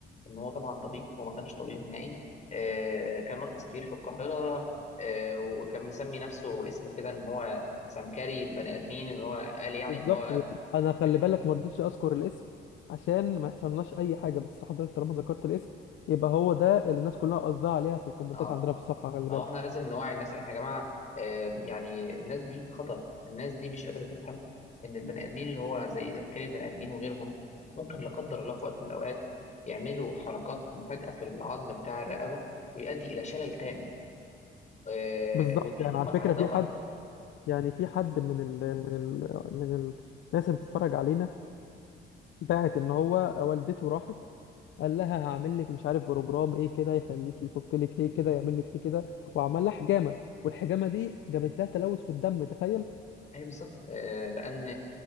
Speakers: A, on the left; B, on the left.
A: ان هو طبعا طبيب هو ما كانش طبيب نهائي آه، كان مركز كبير في القاهره آه، وكان مسمي نفسه اسم كده ان هو سمكري البني ادمين ان هو قال يعني
B: بالظبط
A: ان هو
B: انا خلي
A: بياخد
B: بالك ما رضيتش اذكر الاسم عشان ما يحصلناش اي حاجه بس حضرتك طالما ذكرت الاسم يبقى هو ده اللي الناس كلها قصدها عليها في الكومنتات
A: اه
B: عندنا في الصفحه خلي
A: ما
B: بالك
A: هو احنا لازم نوعي الناس احنا يا جماعه آه، يعني الناس دي خطر الناس دي مش قادره تفهم ان البني ادمين اللي هو زي زمكري البني ادمين وغيرهم ممكن لا قدر الله في وقت من الاوقات يعملوا حركات مفاجئه في العظم بتاع الرقبه ويؤدي الى شلل تام آه،
B: بالظبط
A: وده هيدمر
B: يعني على فكره
A: هيدمر
B: في حد يعني في حد من ال من ال من ال- الناس اللي بتتفرج علينا باعت ان هو والدته راحت قال لها هعمل لك مش عارف بروجرام ايه كده يخليك يفك لك ايه كده يعمل لك ايه كده وعمل لها حجامه والحجامه دي جابت لها تلوث في الدم تخيل
A: اي بالظبط آه، لان